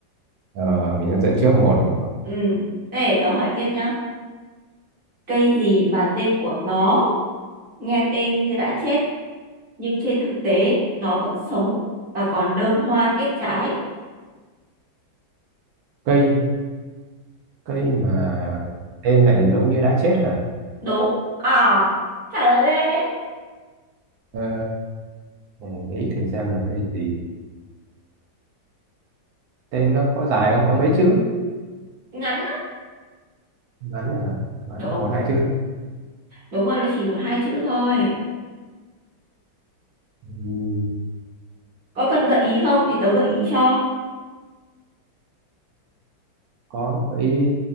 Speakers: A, on the right; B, on the right.
A: ờ, mình đang dẫn trước một đúng không?
B: ừ để tớ hỏi tiếp nhá cây gì mà tên của nó nghe tên như đã chết nhưng trên thực tế nó vẫn sống và còn đơm hoa kết trái
A: cây cây mà tên lại giống như đã chết hả
B: đúng à trả lời đi
A: ờ, để nghĩ thử xem là cây gì tên nó có dài không có mấy chữ
B: ngắn lắm
A: ngắn hả ngắn
B: đúng
A: là một hai chữ
B: đúng rồi nó chỉ một hai chữ thôi
A: Ừ,
B: có cần gợi ý không thì tớ gợi ý cho
A: có gợi ý đi